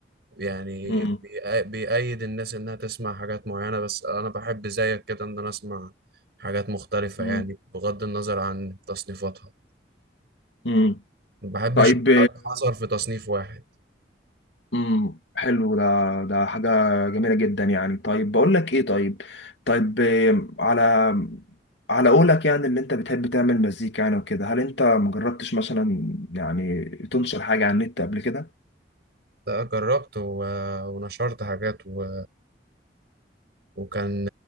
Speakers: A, on the right (about 60°); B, on the left (about 75°).
A: يعني
B: مم.
A: بيأ- بيأيد الناس انها تسمع حاجات معينة بس انا بحب زيك كده ان انا اسمع حاجات مختلفة
B: مم.
A: يعني بغض النظر عن تصنيفاتها
B: مم.
A: ما بحبش
B: طيب
A: اتحصر في تصنيف واحد
B: امم حلو ده ده حاجة جميلة جدا يعني طيب بقول لك ايه طيب طيب إيه، على على قولك يعني اللي انت بتحب تعمل مزيكا يعني وكده هل انت مجربتش مثلا يعني تنشر حاجة على النت قبل كده
A: لا جربت و... ونشرت حاجات و... وكان